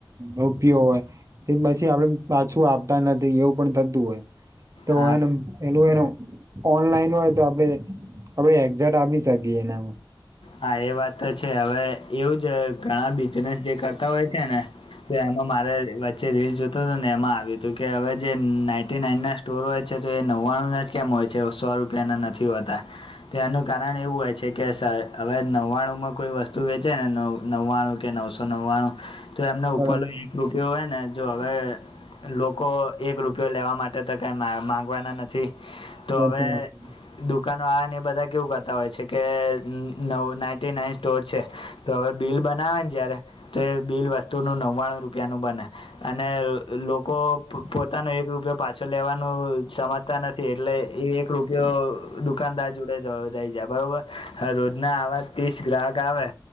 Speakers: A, on the right; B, on the left.
A: રૂપિયો હોય. તો પછી આપડે પાછું આપતા નથી એવું પણ થતું હોય. તો
B: હા
A: એને પેલું એનું ઓનલાઈન હોય તો આપડે આપડે એકજટ આપી શકીએ એનામાં
B: હા એ વાત તો છે હવે એવું જ ઘણા બિઝનેસ જે કરતા હોય છે ને તો એમાં મારે વચ્ચે રીલ જોતો તો ને એમાં આવ્યું તું કે હવે જે નાઈન્ટ નાઈનના સ્ટોર હોય છે તો એ નવ્વાણું ના જ કેમ હોય છે, સો રૂપિયાના નથી હોતા. ત્યાંનું કારણ એવું હોય છે કે <inaudible> હવે નવ્વાણુંમાં કોઈ વસ્તુ વેચે ને નવ નવ્વાણું કે નવસો નવ્વાણું તો એમના
A: બરાબર
B: ઉપરનો એક. રૂપિયો હોય ને જો હવે લોકો એક રૂપિયો લેવા માટે તો કઈ માંગવાના નથ થી તો હવે
A: નથી આપવું
B: દુકાનો વાળાને એ બધા કેવું કરતા હોય છે કે નવ નાઇન્ટી નાઈન સ્ટોર છે તો હવે બિલ બનાવે ને જયારે તો એ બિલ વસ્તુનું નવ્વાણું રૂપિયાનું બને. અને લોકો પોતાનો એક રૂપિયો પાછો લેવાનું સમ તા નથી એટલે એ એક રૂપિયો દુકાનદાર જોડે જ દઈ જાય બરોબર. હવે રોજ ના આવા ત્રીસ ગ્રાહક આવે